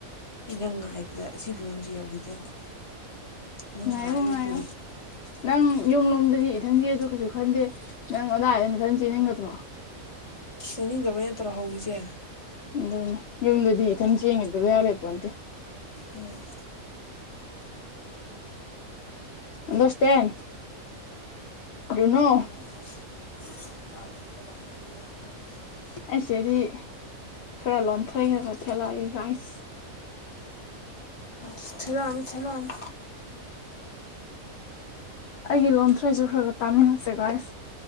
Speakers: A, on the left; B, on the left.
A: ꯑꯩꯅꯪ ꯉꯥꯏꯕꯗ ꯁꯤ ꯐꯤꯕꯝꯁꯤ ꯌꯧꯈꯤꯗꯣꯏꯅꯤ ꯑꯗꯣ ꯅꯪ
B: ꯉꯥꯏꯌꯨ
A: ꯉꯥꯏꯕ
B: ꯉꯥꯏꯌꯨ
A: ꯂꯣꯏꯗꯦ
B: ꯅꯪ ꯌꯨꯝꯂꯣꯝꯗꯗꯤ ꯏꯊꯟ ꯆꯦꯟꯕꯁꯨ ꯀꯩꯁꯨ ꯈꯟꯗꯦ ꯅꯪ ꯑꯗꯥꯏꯗ ꯅꯊꯟ ꯆꯦꯟꯅꯤꯡꯒꯗꯔꯣ꯫
A: ꯆꯪꯅꯤꯡꯗꯕꯩ ꯅꯠꯇ꯭ꯔꯣ ꯍꯧꯔꯤꯁꯦ꯫
B: ꯑꯗꯨꯅꯦ ꯌꯨꯝꯗꯗꯤ ꯏꯊꯟ ꯆꯦꯟꯒꯤꯕꯗ ꯕꯦꯔ ꯂꯩ ꯄꯣꯟꯇꯦ꯫
A: ꯎꯝ꯫
B: Understand YONO.
A: <unintelligible>
B: ꯑꯩꯁꯦꯗꯤ ꯈꯔ ꯂꯣꯟꯊ꯭ꯔꯩ ꯑꯣꯏꯅ ꯊꯦꯠꯂꯛꯑꯒꯦ ꯒꯥꯏꯁ꯫
A: ꯊꯦꯠꯂꯛꯑꯅꯨ ꯊꯦꯠꯂꯛꯑꯅꯨ꯫
B: ꯑꯩꯒꯤ ꯂꯣꯟꯊ꯭ꯔꯩꯖꯨ ꯈꯔ ꯈꯔ ꯇꯥꯃꯤꯟꯅꯁꯦ ꯒꯥꯏꯁ꯫